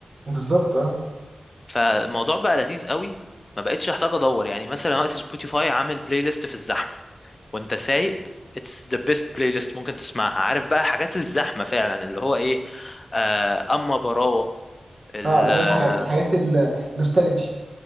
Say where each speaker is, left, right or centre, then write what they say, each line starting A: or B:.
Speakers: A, on the right; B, on the left.
A: بالظبط اه
B: فالموضوع بقى لذيذ قوي ما بقتش احتاج ادور يعني مثلا وقت سبوتيفاي عامل بلاي ليست في الزحمه وانت سايق اتس ذا بيست بلاي ليست ممكن تسمعها عارف بقى حاجات الزحمه فعلا اللي هو ايه آه اما براوه ال-
A: اه اللي هي الحاجات الحاجات النوستالجي